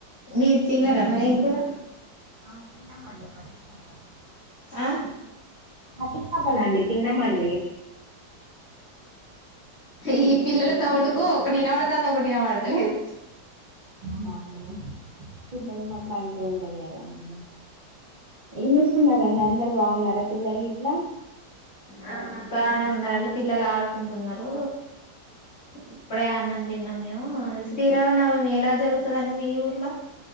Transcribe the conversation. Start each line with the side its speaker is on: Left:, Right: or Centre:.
Left: మీరు తిన్నారా మరి ఏం కూర
Right: ఆ తిన్నామండి మట్టి చాపలు
Left: ఆ
Right: మట్టి చేపలండి తిన్నామండి
Left: ఈ పిల్లలు సౌండుకు ఒకటిన పడత అంత ఒకటిన పడతలేదు
Right: అవునండి పిల్లలున్నప్పుడు అంతే ఉంటు టది కద అందుకని ఏం చేస్తున్నారండి అందరు బాగున్నారా పిల్లలు ఇంట్ల
Left: ఆ బానే ఉన్నారండి పిల్లలు ఆడుకుంటున్నారు ఇప్పుడే అన్నం తిన్నాం మేము శ్రీరామ నవమి ఎలా జరుగుతుదండి మీ ఊర్లో